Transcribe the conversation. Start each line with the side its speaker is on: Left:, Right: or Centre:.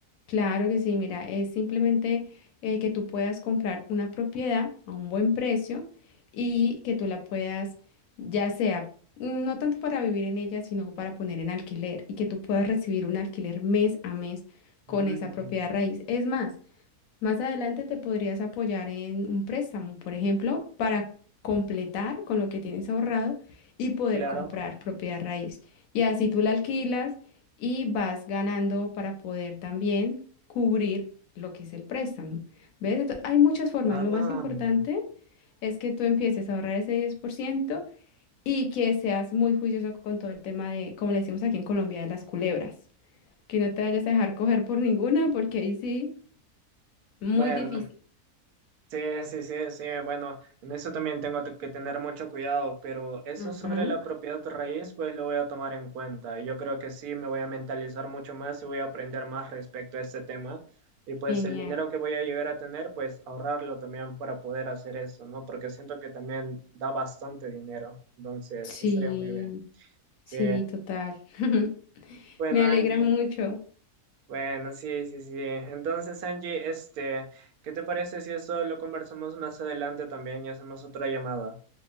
Left: Claro que sí, mira, es simplemente eh, que tú puedas comprar una propiedad a un buen precio y que tú la puedas, ya sea, mm, no tanto para vivir en ella, sino para poner en alquiler y que tú puedas recibir un alquiler mes a mes con
Right: Mm,
Left: esa propiedad raíz. Es más, más adelante te podrías apoyar en un préstamo, por ejemplo, para completar con lo que tienes ahorrado y poder
Right: claro.
Left: comprar propiedad raíz. Y así tú la alquilas y vas ganando para poder también cubrir lo que es el préstamo. ¿Ves? Entonces, hay muchas formas.
Right: Ah,
Left: Lo más importante
Right: mm,
Left: es que tú empieces a ahorrar ese 10% y que seas muy juicioso con todo el tema de, como le decimos aquí en Colombia, de las culebras. Que no te vayas a dejar coger por ninguna, porque ahí sí, muy
Right: bueno,
Left: difícil.
Right: sí, sí, sí, sí, bueno, en eso también tengo te- que tener mucho cuidado, pero eso
Left: Ujú,
Right: sobre la propiedad raíz, pues lo voy a tomar en cuenta. Yo creo que sí, me voy a mentalizar mucho más y voy a aprender más respecto a este tema. Y pues
Left: Genial.
Right: el dinero que voy a llegar a tener, pues ahorrarlo también para poder hacer eso, ¿no? Porque siento que también da bastante dinero, entonces
Left: Sí,
Right: sí estaría muy bien. Sí,
Left: sí, total. <laughs>
Right: bueno,
Left: Me
Right: Angie.
Left: alegra mucho.
Right: Bueno, sí, sí, sí. Entonces, Angie, este, ¿qué te parece si esto lo conversamos más adelante también y hacemos otra llamada?